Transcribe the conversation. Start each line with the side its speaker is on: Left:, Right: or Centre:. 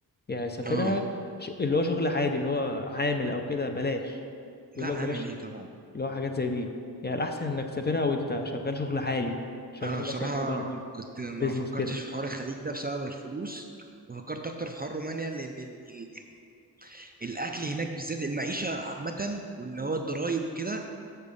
Left: يعني سافرها
Right: اه
Left: ش... اللي هو شغل عادي اللي هو عامل أو كده بلاش يقول
Right: لا
Left: لك
Right: عامل
Left: بلاش
Right: ايه طبعا
Left: اللي هو حاجات زي دي يعني الأحسن إنك تسافرها وأنت شغال شغل عالي شغال
Right: انا بصراحه
Left: مثلا مبرمج
Right: كنت ما
Left: بيزنس
Right: فكرتش
Left: كده
Right: في حوار الخليج ده بسبب الفلوس وفكرت اكتر في حوار رومانيا لان ال ال الاكل هناك بالذات المعيشه عامه واللي هو الضرايب وكده